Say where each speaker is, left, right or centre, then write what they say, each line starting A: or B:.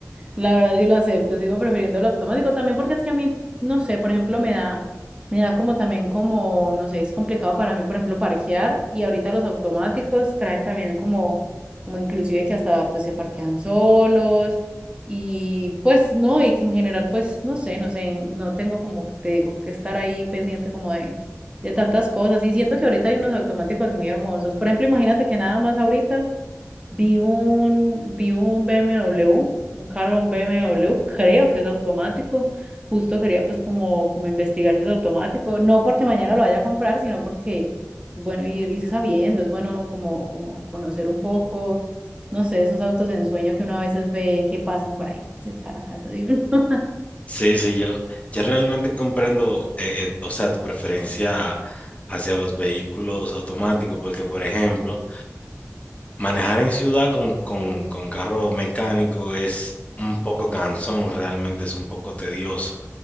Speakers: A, on the right; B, on the left.
A: la verdad sí lo acepto, sigo prefiriendo el automático también porque es que a mí, no sé, por ejemplo, me da, me da como también como, no sé, es complicado para mí, por ejemplo, parquear y ahorita los automáticos traen también como, como inclusive que hasta pues se parquean solos y pues no, y que en general pues no sé, no sé, no tengo como, te digo, que estar ahí pendiente como de, de tantas cosas y siento que ahorita hay unos automáticos muy hermosos. Por ejemplo, imagínate que nada más ahorita. Vi un, vi un BMW, un carro, un BMW, creo que es automático. Justo quería pues como, como investigar si es automático. No porque mañana lo vaya a comprar, sino porque es bueno ir, ir sabiendo, es bueno como, como conocer un poco, no sé, esos autos de ensueño que uno a veces ve que pasan por ahí pues, cerca de la casa de uno. <laughs>
B: Sí, sí, yo, yo realmente comprendo, eh, eh, o sea, tu preferencia hacia los vehículos automáticos, porque por ejemplo, Manejar en ciudad con, con, con carro mecánico es un poco cansón, realmente es un poco tedioso,